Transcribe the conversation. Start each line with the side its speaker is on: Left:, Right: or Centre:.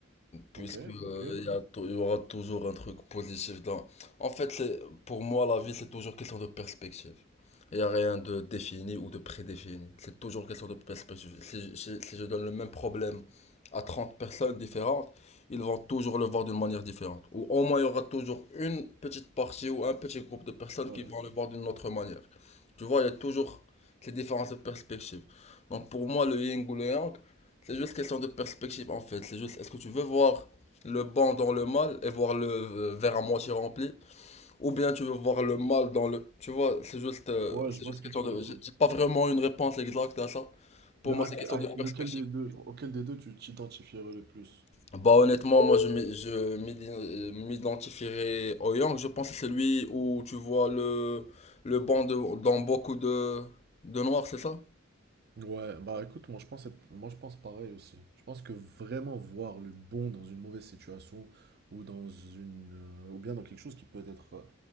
Left: Puisque
Right: Ok,
Left: euh,
Right: ok.
Left: il y a tou- il y aura toujours un truc positif dans. En fait, c'est- pour moi, la vie, c'est toujours question de perspective. Il n'y a rien de défini ou de prédéfini. C'est toujours question de perspective. Si, je si- si je donne le même problème à 30 personnes différentes, ils vont toujours le voir d'une manière différente. Ou au moins, il y aura toujours une petite partie ou un petit groupe de personnes
Right: Ouais.
Left: qui vont le voir d'une autre manière. Tu vois, il y a toujours ces différences de perspective. Donc pour moi, le yin ou le yang, c'est juste question de perspective en fait. C'est juste, est-ce que tu veux voir le bon dans le mal et voir le euh, verre à moitié rempli, ou bien tu veux voir le mal dans le. Tu vois, c'est juste, euh,
Right: Ouais,
Left: c'est
Right: je vois
Left: juste
Right: ce que
Left: question
Right: tu
Left: de.
Right: veux dire.
Left: J'ai j'ai pas vraiment une réponse exacte à ça. Pour
Right: Mais à,
Left: moi, c'est question
Right: à
Left: de perspective.
Right: lequel des deux, auquel des deux tu t'identifierais le plus?
Left: Bah honnêtement, moi je m'i- je m'idi- euh, m'identifierais au Yang. Je pense que c'est lui où tu vois le le bon de- dans beaucoup de de noirs, c'est ça?
Right: Ouais, bah écoute, moi je pense être- moi je pense pareil aussi. Je pense que vraiment voir le bon dans une mauvaise situation ou dans une euh, ou bien dans quelque chose qui peut être euh,